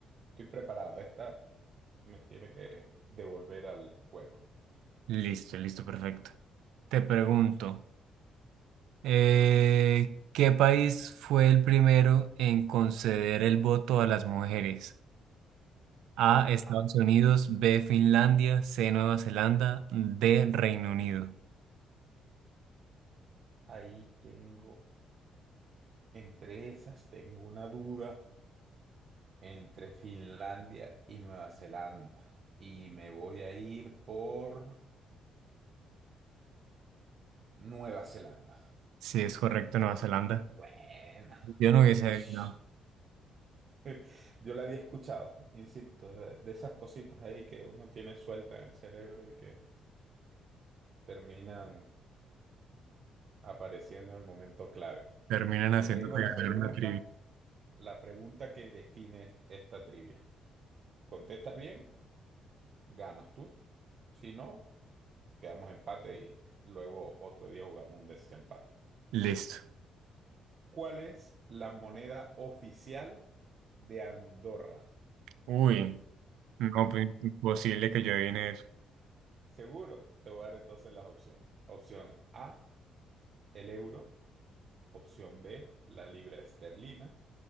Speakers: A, on the right; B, on the right.
A: estoy preparado. Esta me tiene que devolver al juego.
B: Listo, listo, perfecto. Te pregunto, eh, ¿qué país fue el primero en conceder el voto a las mujeres? A,
A: Ajá,
B: Estados Unidos, B, Finlandia, C, Nueva Zelanda, D, Reino Unido.
A: ahí tengo, entre esas tengo una duda entre Finlandia y Nueva Zelanda. Y me voy a ir por Nueva Zelanda.
B: Si es correcto, Nueva Zelanda.
A: Buena.
B: Yo no hubiese
A: Ush.
B: adivinado.
A: <laughs> Yo la había escuchado, insisto, de de esas cositas ahí que uno tiene suelta en el cerebro y que terminan apareciendo en el momento clave.
B: Terminan haciendo
A: Te tengo
B: que
A: la
B: ganar
A: pregunta,
B: una trivia.
A: la pregunta que define esta trivia. contestas bien, ganas tú. Si no, quedamos empate y luego otro día jugamos un desempate.
B: Listo.
A: ¿Cuál es la moneda oficial de Andorra?
B: Uy, no, pues imposible que yo adivine eso.
A: Seguro, te voy a dar entonces las opciones. Opción A, el euro. Opción B, la libra esterlina.